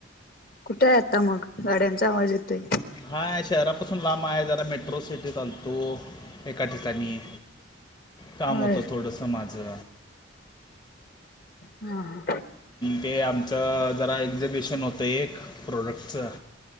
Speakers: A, on the left; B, on the left.
A: कुठे आहे आता मग गाड्यांचा आवाज येतोय.
B: हा शहरापासून लांब आहे जरा मेट्रो सिटी चालतो एका ठिकाणी काम
A: बर
B: होतं थोडंसं माझं
A: हा
B: ते आमचं जरा एक्झिबिशन होतं एक प्रोडक्टचं